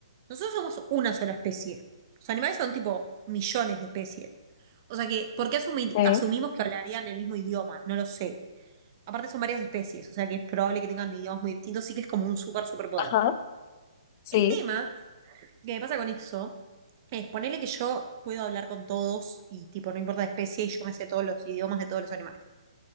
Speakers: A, on the right (about 35°); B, on the left (about 35°).
A: nosotros somos una sola especie. Los animales son tipo millones de especies. O sea que, ¿por qué asumi-
B: ok.
A: asumimos que hablarían el mismo idioma? No lo sé. Aparte son varias especies, o sea que es probable que tengan idiomas muy distintos, sí que es como un super superpoder.
B: Ajá, sí.
A: El tema que me pasa con eso es ponerle que yo puedo hablar con todos y tipo, no importa la especie y yo me sé todos los idiomas de todos los animales.